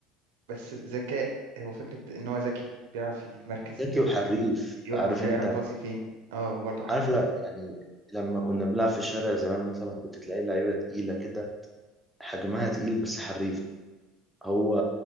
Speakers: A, on the right (about 75°); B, in the centre.
A: بس ذكاء هو فكرة إن هو ذكي بيعرف يتمركز
B: ذكي وحريف
A: يقف
B: عارف
A: يعرف
B: انت
A: باصي فين اه وبرضه حريف
B: عارف لا يعني لما كنا بنلعب في الشارع زمان مثلا كنت تلاقي لعيبه تقيله كده حجمها تقيل بس حريف هو